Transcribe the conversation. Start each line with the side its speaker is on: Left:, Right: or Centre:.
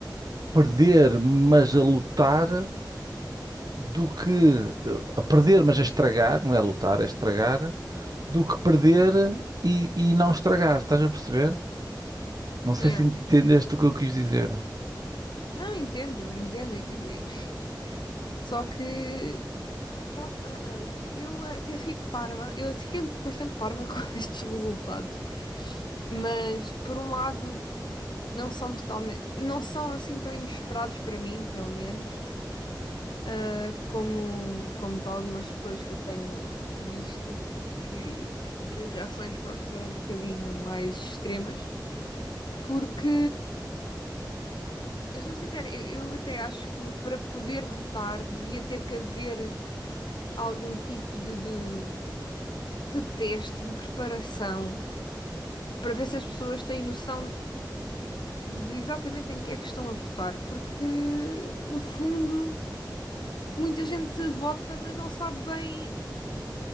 Right: perder, mas a lutar, do que eh, a perder, mas a estragar, não é lutar, é estragar, do que perder e, e não estragar, estás a perceber? Não sei
Left: Yeah.
Right: se entendeste o que eu quis dizer.
Left: Não, entendo, entendo. E, tipo, <laughs> e- <sighs> só que. Tá, ah, olha, eu até fico parva. Eu fiquei bastante parva <laughs> com estes resultados. Mas, por um lado, não são totalmente. Não são assim tão inesperados para mim, pelo menos. ah, como, como para algumas pessoas que eu tenho visto, que, que as reações, pronto, foram um bocadinho mais extremas. Porque. Eu sou sincera, eu, eu até acho que para poder votar devia ter que haver algum tipo de, de, de teste, de preparação, para ver se as pessoas têm noção de exatamente em que é que estão a votar, porque no fundo muita gente vota, mas não sabe bem